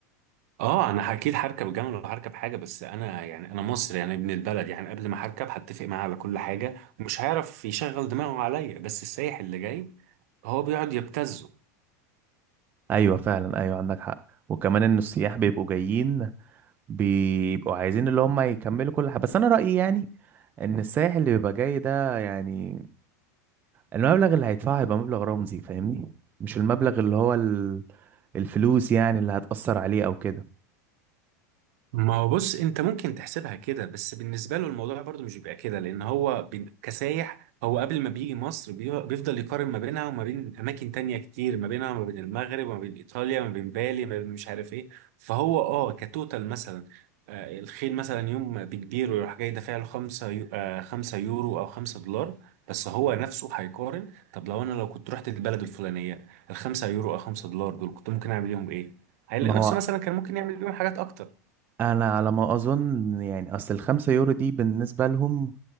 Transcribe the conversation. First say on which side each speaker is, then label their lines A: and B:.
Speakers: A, on the right (about 60°); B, on the right (about 20°).
A: اه انا اكيد هركب جمل وهركب حاجه بس انا يعني انا مصري يعني ابن البلد يعني قبل ما هركب هتفق معاه على كل حاجه ومش هيعرف يشغل دماغه عليا بس السايح اللي جاي هو بيقعد يبتزه
B: ايوه فعلا ايوه عندك حق وكمان ان السياح بيبقوا جايين بيبقوا عايزين اللي هم يكملوا كل حاجه بس انا رايي يعني ان السائح اللي بيبقى جاي ده يعني المبلغ اللي هيدفعه هيبقى مبلغ رمزي فاهمني مش المبلغ اللي هو ال- الفلوس يعني اللي هتأثر عليه او كده
A: ما هو بص انت ممكن تحسبها كده بس بالنسبه له الموضوع برضو مش بيبقى كده لان هو بن- كسايح هو قبل ما بيجي مصر بي- بيفضل يقارن ما بينها وما بين اماكن تانية كتير ما بينها وما بين المغرب وما بين ايطاليا وما بين بالي ما بين مش عارف ايه فهو اه كتوتال مثلا آه، الخيل مثلا يوم بكبير ويروح جاي دافع له 5 يو... آه، 5 يورو او 5 دولار بس هو نفسه هيقارن طب لو انا لو كنت رحت البلد الفلانيه ال 5 يورو او 5 دولار دول كنت ممكن اعمل بيهم ايه؟ هيلاقي
B: ما
A: نفسه
B: هو
A: مثلا كان ممكن يعمل بيهم حاجات اكتر
B: انا على ما اظن يعني اصل الخمسة يورو دي بالنسبة لهم